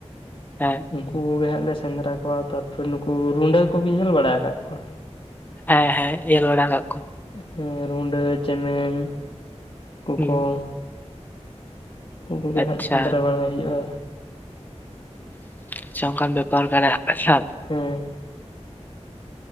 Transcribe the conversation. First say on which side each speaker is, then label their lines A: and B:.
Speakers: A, on the left; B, on the left.
A: ᱦᱮᱸ
B: ᱩᱱᱠᱩ ᱠᱚᱜᱮ ᱦᱟᱸᱜ ᱞᱮ ᱥᱮᱸᱫᱽᱨᱟ ᱠᱚᱣᱟ ᱛᱟᱨᱯᱚᱨᱮ ᱱᱩᱠᱩ ᱨᱩᱸᱰᱟᱹ ᱠᱚᱵᱤᱱ ᱧᱮᱞ ᱵᱟᱲᱟ ᱟᱠᱟᱫ ᱠᱚᱣᱟ
A: ᱦᱮᱸ ᱦᱮᱸ ᱧᱮᱞ ᱵᱟᱲᱟ ᱠᱟᱜ ᱠᱚ
B: ᱦᱮᱸ ᱨᱩᱸᱰᱟᱹ ᱪᱮᱢᱮᱧ <unintelligible>
A: ᱦᱩᱸ
B: ᱩᱱ ᱠᱩᱜᱮ
A: ᱟᱪᱪᱷᱟ
B: ᱦᱟᱸᱜ ᱥᱮᱸᱫᱽᱨᱟ ᱵᱟᱲᱟ ᱦᱩᱭᱩᱜ-ᱟ᱾
A: ᱟᱪᱪᱷᱟ ᱚᱱᱠᱟᱱ ᱵᱮᱯᱟᱨ ᱠᱟᱱᱟ ᱟᱪᱪᱷᱟ
B: ᱦᱮᱸ